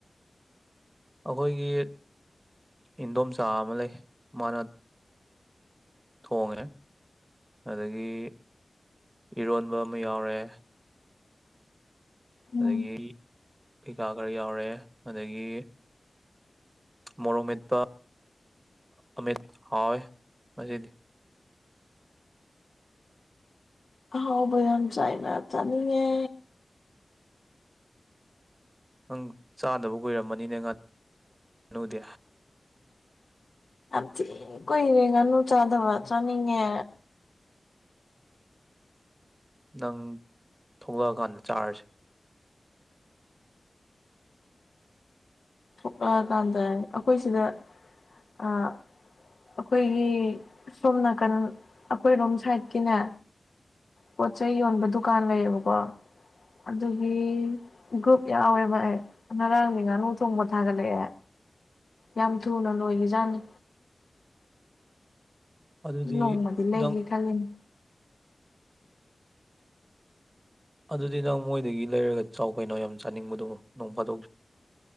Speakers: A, on the right; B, on the left.
A: ꯑꯩꯈꯣꯏꯒꯤ ꯏꯟꯗꯣꯝꯆꯥ ꯑꯃ ꯂꯩ ꯃꯥꯅ ꯊꯣꯡꯉꯦ ꯑꯗꯒꯤ ꯏꯔꯣꯟꯕ ꯑꯃ ꯌꯥꯎꯔꯦ
B: ꯎꯝ
A: ꯑꯗꯒꯤ ꯀꯩꯀꯥ ꯈꯔ ꯌꯥꯎꯔꯦ ꯑꯗꯒꯤ ꯃꯣꯔꯣꯛ ꯃꯦꯠꯄ ꯑꯃꯤꯠ ꯍꯥꯎꯋꯦ ꯃꯁꯤꯗꯤ
B: ꯍꯥꯎꯕ ꯌꯥꯝ ꯆꯥꯏꯅ ꯆꯅꯤꯡꯉꯦ
A: ꯅꯪ ꯆꯥꯗꯕ ꯀꯨꯏꯔꯝꯃꯅꯤꯅꯦ ꯉꯅꯨꯗꯤ
B: ꯌꯥꯝ ꯊꯤ ꯀꯨꯏꯔꯦ ꯉꯥꯅꯨ ꯆꯥꯗꯕ ꯆꯥꯅꯤꯡꯉꯦ
A: ꯅꯪ ꯊꯣꯛꯂꯛꯑꯀꯥꯟꯗ ꯆꯥꯔꯁꯦ
B: ꯊꯣꯛꯂꯛꯑꯀꯥꯟꯗ ꯑꯩꯈꯣꯏ ꯁꯤꯗ ꯑꯩꯈꯣꯏꯒꯤ ꯁꯣꯝ ꯅꯥꯀꯟ ꯑꯩꯈꯣꯏꯔꯣꯝ ꯁꯥꯏꯠꯀꯤꯅꯦ ꯄꯣꯠ ꯆꯩꯩ ꯌꯣꯟꯕ ꯗꯨꯀꯥꯟ ꯂꯩꯌꯦꯕꯀꯣ ꯑꯗꯨꯒꯤ ꯒ꯭ꯔꯨꯞ ꯌꯥꯎꯋꯦꯕ ꯑꯩ ꯉꯔꯥꯡꯅꯤ ꯉꯥꯅꯨ ꯆꯣꯡꯕ ꯊꯥꯒꯠꯂꯛꯑꯦ ꯌꯥꯝ ꯊꯨꯅ ꯂꯣꯏꯒꯤꯖꯥꯠꯅꯤ
A: ꯑꯗꯨꯗꯤ
B: ꯅꯣꯡꯃꯗꯤ ꯂꯩꯒꯦ
A: ꯅꯪ
B: ꯈꯜꯂꯤꯅꯦ
A: ꯑꯗꯨꯗꯤ ꯅꯪ ꯃꯣꯏꯗꯒꯤ ꯂꯩꯔꯒ ꯆꯥꯎ ꯀꯩꯅꯣ ꯌꯥꯝ ꯆꯥꯅꯤꯡꯕꯗꯨꯃꯣ ꯅꯣꯡ ꯐꯥꯗꯣꯛ